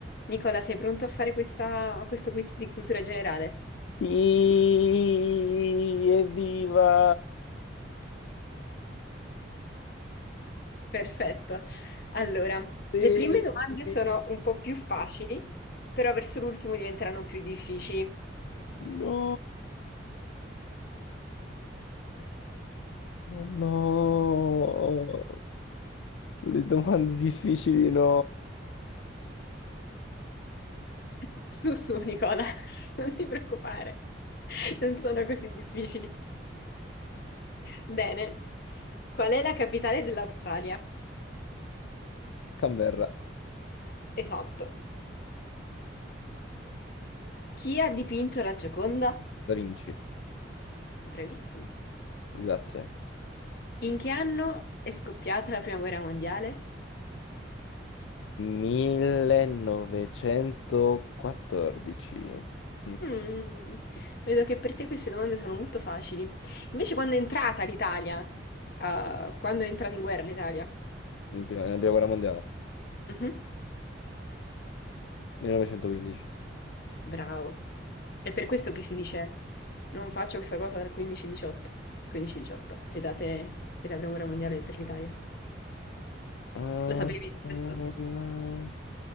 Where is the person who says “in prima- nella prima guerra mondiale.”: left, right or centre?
Left